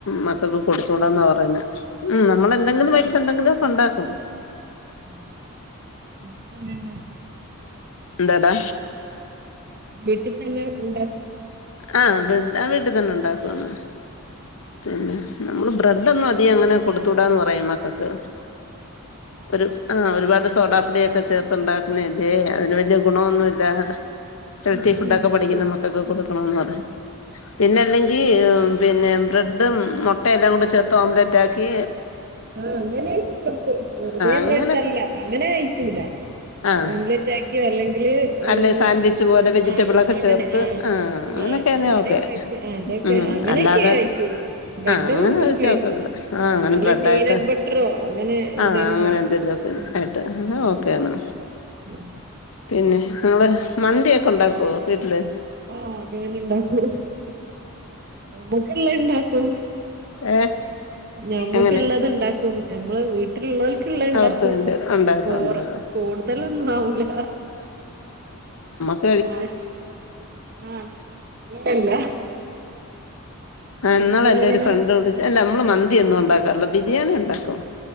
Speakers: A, on the left (about 70°); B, on the right (about 45°).
A: മക്കക്ക് കൊടുത്തൂടാന്നാ പറയുന്നേ ഉം നമ്മളെന്തെങ്കിലും വൈകിട്ടെന്തെങ്കിലും ക്കെ ഒണ്ടാക്കും
B: <unintelligible>
A: എന്താടാ
B: വീട്ടി തന്നെ ഉണ്ട്
A: ആ അവിടെ വീട്ടി തന്നെ ഒണ്ടാക്കുവാന്നോ പിന്നെ നമ്മള് ബ്രെഡൊന്നും അധികം അങ്ങനെ കൊടുത്തൂടാന്ന് പറയും മക്കക്ക് ഒരു ആ ഒരുപാട് സോഡാപ്പൊടിയൊക്കെ ചേർത്ത് ഉണ്ടാക്കുന്നയല്ലേ അതിന് വല്യ ഗുണൊന്നുല്ല ഹെൽത്തി
B: ഉം
A: ഫുഡോക്കെ പഠിക്കുന്ന
B: ശരി
A: മക്കക്ക്‌ കൊടുക്കണൊന്ന് പറഞ്ഞു പിന്നെ അല്ലെങ്കി പിന്നെ ബ്രെഡും മൊട്ട എല്ലാംകൂടെ ചേർത്ത് ഓംലെറ്റാക്കി
B: ആ അങ്ങനെ ഒക്കെ ആക്കും വെറുതെ
A: അങ്ങനൊക്കെ
B: ബ്രെഡല്ല അങ്ങനെ കഴിക്കൂല
A: ആഹ്
B: ഓംലെറ്റാക്കിയോ അല്ലെങ്കില് ഹ്
A: അല്ലെ സാൻഡ്വിച്ച് പോലെ വെജിറ്റബിൾ
B: ആ
A: ഒക്കെ
B: അങ്ങനെ
A: ചേർത്ത്
B: ആ
A: ആ അങ്ങനൊക്കാന്നെ
B: ആ അങ്ങനെയൊക്കെ
A: ഓക്കെ
B: ആ അതൊക്കെ
A: ഉം
B: അങ്ങനെയൊക്കെ
A: അല്ലാതെ
B: കഴിക്കുള്ളൂ ബ്രെഡ്
A: ആ അങ്ങനെ
B: മാത്രമേ
A: ഒഴിച്ച
B: കഴിക്കൂ
A: കൊ ആ അങ്ങനെ
B: അല്ലെ
A: ബ്ര ണ്ടായിട്ട്
B: പീനട്ട് ബട്ടറോ അങ്ങനെ എന്തേലും
A: ആ അങ്ങനെ
B: വേണം
A: എന്തെലോക്കെ
B: ഉം
A: ആയിട്ട് അങ്ങനെ
B: ഉം
A: ഓക്കെ ആണ്
B: <inaudible>
A: പിന്നെ നിങ്ങള് മന്തിയൊക്കെ ഉണ്ടാക്കോ വീട്ട്ല്
B: ആഹ <unintelligible> ഇണ്ടാക്കൂ നമ്മക്കല്ലെ ഇണ്ടാക്കൂ.
A: ഏ
B: ഞമ്മക്ക്ള്ളത്
A: എങ്ങനെ
B: ഇണ്ടാക്കും ഞമ്മള് വീട്ടിലുള്ള ക്ക്ള്ളണ്ടാക്കും
A: അവർക്ക് വേണ്ടി ഉണ്ടാക്കും
B: കോറ്
A: ഉണ്ടാക്കും
B: കൂടുതലൊന്നും ആവൂല.
A: <unintelligible>
B: ആവശ്യ ആഹ് ഇല്ലല്ല
A: എന്നാള്
B: നിങ്ങളെങ്ങനെ
A: എന്റെ ഒരു ഫ്രണ്ട് <unintelligible> നമ്മള് മന്തി ഒന്നും ഉണ്ടാക്കും അല്ല ബിരിയാണി ഉണ്ടാക്കും